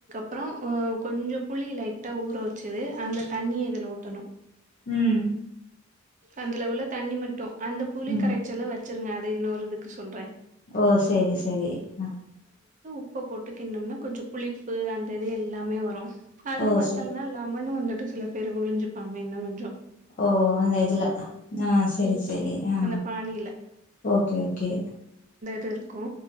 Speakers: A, on the right; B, on the left.
A: அப்றொ அ கொஞ்ச புளி லைட்டா ஊற வச்சது அந்த தண்ணிய இதுல ஊத்தணு
B: ம்
A: அந்துல உள்ள தண்ணி மட்டு அந்த புளி
B: ம்
A: கரைச்சல வ ச்சிருங்க அது இன்னோரு இதுக்கு சொல்றே
B: ஓ சேரி செரி ஆ
A: ப்ப போட்டு கின்னம்னா கொஞ்ச புளிப்பு அந்த இது எல்லாமே வ ரு அதும்
B: ஓ
A: பத்தல்னா
B: செரி
A: லெமனு வந்து ட்டு சில பேர் வொளுஞ்சுப்பாங்க இன்னங்கொஞ்சொ
B: ஓ அந்த இதுல ஆ செரி செரி ஆ
A: அந்த பானில
B: ஓகே ஓகே
A: திர் கு